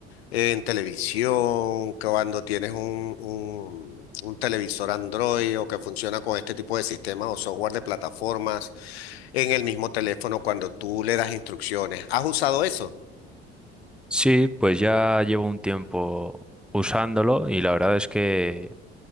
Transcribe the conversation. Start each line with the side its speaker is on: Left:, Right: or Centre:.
Left: ¿En televisión? ¿Cuando tienes un, un, un televisor Android o que funciona con este tipo de sistemas o software de plataformas? ¿En el mismo teléfono cuando tú le das instrucciones? ¿Has usado eso?
Centre: Sí, pues ya llevo un tiempo usándolo y la verdad es que